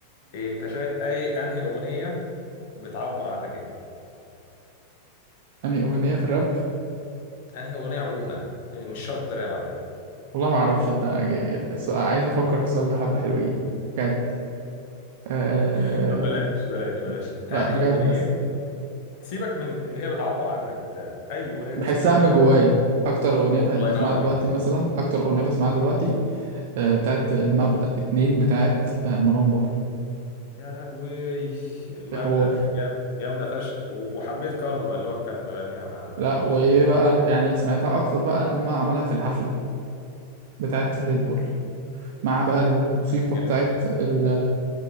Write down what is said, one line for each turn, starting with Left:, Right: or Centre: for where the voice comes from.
Left: إيه انت شايف اي انهي اغنيه بتعبر عنك انت
Right: أنهي أغنية في الراب؟
Left: انهي اغنيه عموما مش شرط راب على فكره
Right: والله ما أعرفش أنت س- عايز أفكر في السؤال ده حبة حلوين بجد أه...
Left: <laughs> طب بلاش بلاش بلاش
Right: لا
Left: انهي
Right: بجد
Left: اغنيه سيبك من ان هي بتعبر عنك وبتاع اي اغنيه انت
Right: بحسها
Left: سمعتها
Right: من جوايا أكتر أغنية بح-
Left: الله
Right: بسمعها
Left: ينور
Right: دلوقتي
Left: عليك
Right: مثلا أكتر أغنية بسمعها دلوقتي أه
Left: مم.
Right: بتاعت المبدأ اتنين بتاعت أه مروان بابلو
Left: يا لهوي المبدأ
Right: في حوار
Left: جام- جامده فشخ وحبيت كارما اللي هو كان مغنيها مع
Right: لا
Left: ابي يوسف
Right: وإيه بقى يعني سمعتها أكتر بقى لما عملها في الحفلة بتاعت ريد بول مع بقى الموسيقى
Left: جامد
Right: بتاعت
Left: فشخ
Right: ال...